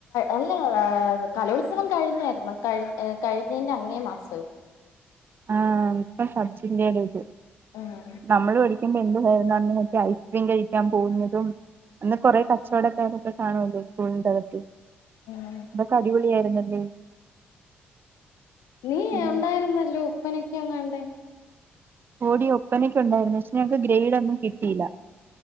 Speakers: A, on the left; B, on the right.
A: അല്ല കലോത്സവം കഴിഞ്ഞായിരുന്നു കഴ് കഴിഞ്ഞേന്റങ്ങേ മാസം
B: ആഹ് ഇപ്പ സബജില്ലേടത്
A: ഉം
B: നമ്മൾ പഠിക്കുമ്പോ എന്തുവാരുന്നത് ഐസ്ക്രീം കഴിക്കാൻ പോകുന്നതും അന്ന് കൊറെേ കച്ചവടക്കാരൊക്കെ കാണല്ലേ സ്കൂളിന്റെകത്ത്
A: ഉം
B: അതൊക്കെ അടിപൊളി ആയിരുന്നല്ലേ
A: നീ
B: ഉം.
A: ഉണ്ടായിരുന്നല്ലോ ഉപ്പനൊക്കെയങ്ങാണ്ടേ
B: പോടി ഒപ്പനക്ക ഉണ്ടായിരുന്നു പക്ഷെ ഞങ്ങക്ക് ഗ്രേഡ് ഒന്നും കിട്ടിയില്ല